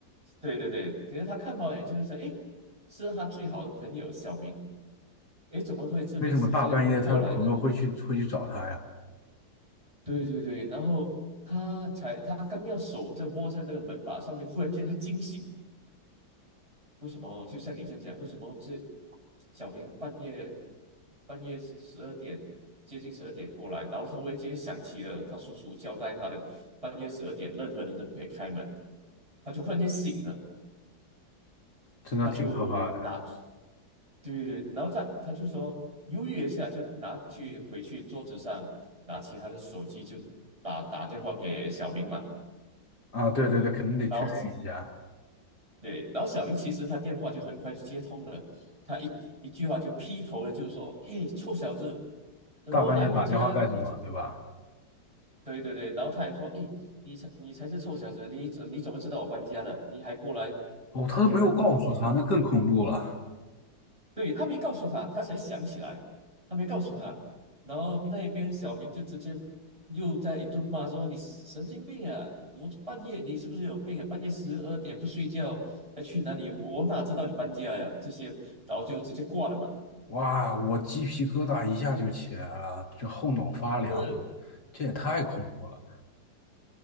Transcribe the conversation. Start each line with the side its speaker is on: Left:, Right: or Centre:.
Right: 对对对，只是他看猫眼就是想，诶，是他最好的朋友小明，诶，怎么会这个时间过来呢？
Left: <laughs> 为什么大半夜他的朋友会去会去找他呀？
Right: 对对对，然后他才他刚要手在握在那个门把上面，忽然间他惊醒，为什么？就像你这样讲，为什么这小明半夜半夜十二点接近十二点过来，然后他忽然间想起了他叔叔交代他的半夜十二点任何人都不可以开门，他就忽然间醒了。
Left: 真的挺可怕的
Right: 他就拿，对对对，然后他他就说犹豫一下，就拿去回去桌子上拿起他的手机就打打电话给小明嘛，
Left: 啊！对对对，肯定得确认一下，
Right: 然后对，然后小明其实他电话就很快就接通了，他一一句话就劈头了，就说，哎，臭小子，怎么来我家？
Left: 大半夜打电话干什么，
Right: 你怎？
Left: 对吧？
Right: 对对对，然后他也说，哎，你才你才是臭小子，你怎你怎么知道我搬家的？你还过来？
Left: 哦，他都没有告诉他，那更恐怖了。
Right: 对，他没告诉他，他才想起来，他没告诉他。然后那边小明就直接又在一顿骂说：“你神经病啊！我半夜你是不是有病啊？半夜十二点不睡觉，还去哪里？我哪知道你搬家呀？这些，然后就直接挂了嘛。”
Left: 哇，我鸡皮疙瘩一下就起来了，这后脑发凉，
Right: 呃，
Left: 这也太恐怖了。